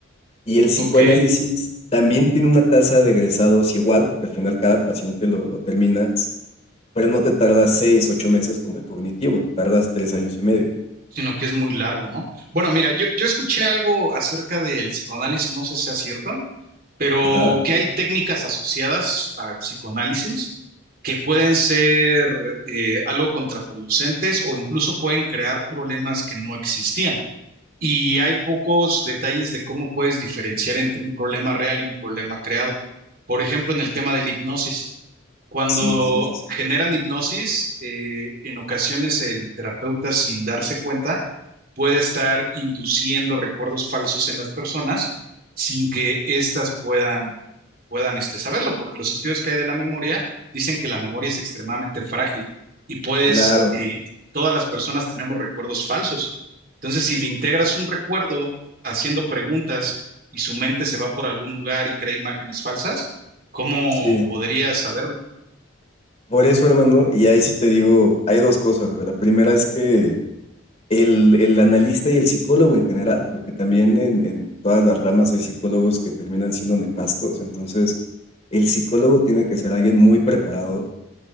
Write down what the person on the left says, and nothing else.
Y el psicoanálisis
también tiene una tasa de egresados igual, porque al final cada paciente lo, lo terminas, pero no te tardas seis, ocho meses como el cognitivo, te tardas tres años y medio.
Ajá.
Sí, sí, sí, sí.
Claro,
sí.
Por eso, hermano, y ahí sí te digo, hay dos cosas, güey. La primera es que El, el analista y el psicólogo en general, porque también en, en todas las ramas hay psicólogos que terminan siendo nefastos, entonces el psicólogo tiene que ser alguien muy preparado.